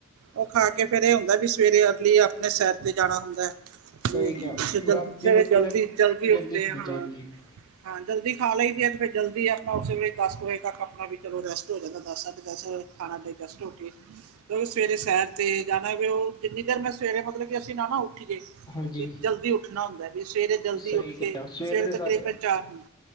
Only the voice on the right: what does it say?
ਉਹ ਖਾ ਕੇ ਫੇਰ ਇਹ ਹੁੰਦਾ ਵੀ ਸਵੇਰੇ ਲਈ ਆਪਣੇ ਸੈਰ ਤੇ ਜਾਣਾ ਹੁੰਦਾ ਹੈ।
ਜੇ
ਜਲ,
ਜੇ
ਜਲਦੀ
-ਜਲਦੀ ਉੱਠਦੇ
ਆ ਹਾਂ।
ਹਾਂ ਜਲਦੀ ਖਾ ਲਈ ਦੀ ਐ ਤੇ ਫਿਰ ਜਲਦੀ ਐ ਤਾ ਉਸੇ ਵੇਲੇ ਦਸ ਵਜੇ ਤੱਕ ਆਪਣਾ ਵੀ ਚਲੋ ਰੈਸਟ ਹੋ ਜਾਂਦਾ ਦਸ ਸਾਢੇ ਦਸ ਵਜੇ। ਖਾਣਾ ਡਜਸਟ ਹੋ ਕੇ, ਸਵੇਰੇ ਸੈਰ ਤੇ ਜਾਣਾ ਉਹ ਜਿੰਨੀ ਅਗਰ ਮੈਂ ਸਵੇਰੇ ਮਤਲਬ ਕਿ ਅਸੀਂ ਨਾ ਉਠੀ ਏ
ਵੀ ਜਲਦੀ ਉੱਠਣਾ ਹੁੰਦਾ ਵੀ ਸਵੇਰੇ ਜਲਦੀ
ਉੱਠ
ਕੇ ਸਵੇਰੇ
ਤਕਰੀਬਨ ਚਾਰ ਹੋਣ